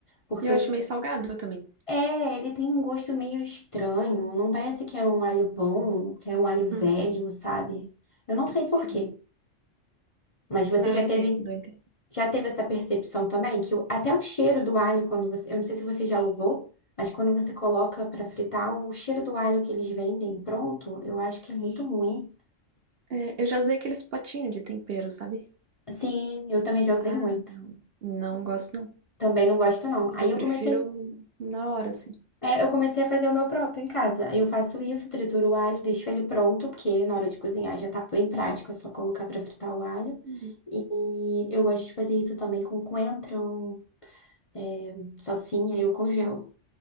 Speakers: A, on the left; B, on the right.
A: porque
B: E eu acho
A: eu s-
B: meio salgado também.
A: é, ele tem um gosto meio estranho, não parece que é um alho bom, que é um alho velho,
B: Uhum.
A: sabe? Eu não sei
B: Sim.
A: por quê, mas você
B: Não,
A: já
B: eu entendo,
A: teve
B: eu entendo.
A: já teve essa percepção também que o- até o cheiro do alho quando você, eu não sei se você já usou, mas quando você coloca para fritar, o cheiro do alho que eles vendem pronto, eu acho que é muito ruim.
B: É, eu já usei aqueles potinhos de tempero, sabe?
A: Sim, eu também já usei
B: Ah,
A: muito.
B: não. Não gosto, não.
A: Também não gosto, não. Aí
B: Eu
A: eu
B: prefiro
A: comecei,
B: na hora, assim.
A: é, eu comecei a fazer o meu próprio em casa. Aí eu faço isso, trituro o alho, deixo ele pronto, porque na hora de cozinhar já tá bem prático, é só colocar pra fritar o alho.
B: Uhum.
A: E eu gosto de fazer isso também com coentro, é, salsinha, eu congelo.